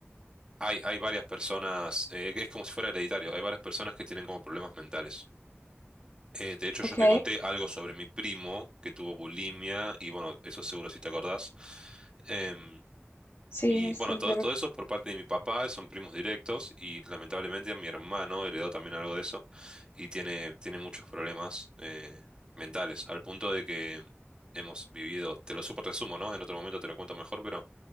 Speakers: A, on the right (about 20°); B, on the left (about 85°).
A: hay, hay varias personas, eh, que es como si fuera hereditario, hay varias personas que tienen como problemas mentales. Eh, de hecho,
B: ok.
A: yo te conté algo sobre mi primo que tuvo bulimia y bueno, eso seguro si te acordás. Em,
B: Sí,
A: y
B: se
A: bueno, todo,
B: le
A: todo eso por parte de mi papá, son primos directos y lamentablemente a mi hermano heredó también algo de eso y tiene, tiene muchos problemas eh, mentales, al punto de que hemos vivido, te lo súper resumo, ¿no? En otro momento te lo cuento mejor, pero